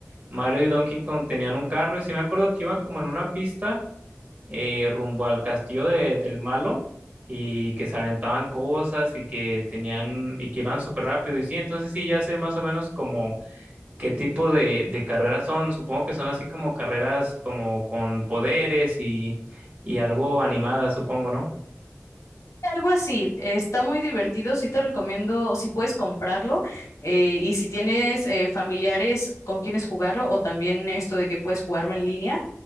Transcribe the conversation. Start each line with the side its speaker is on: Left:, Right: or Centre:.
Right: Mario y Donkey Kong tenían un carro, y sí me acuerdo que iban como en una pista eh, rumbo al castillo de- del malo y que se aventaban cosas y que tenían y que iban súper rápido. Y sí, entonces sí, ya sé más o menos como qué tipo de, de carreras son. Supongo que son así como carreras como con poderes y, y algo animadas, supongo, ¿no?
Left: Algo así, está muy divertido, sí te recomiendo, si puedes comprarlo eh, y si tienes eh, familiares con quienes jugarlo o también esto de que puedes jugarlo en línea,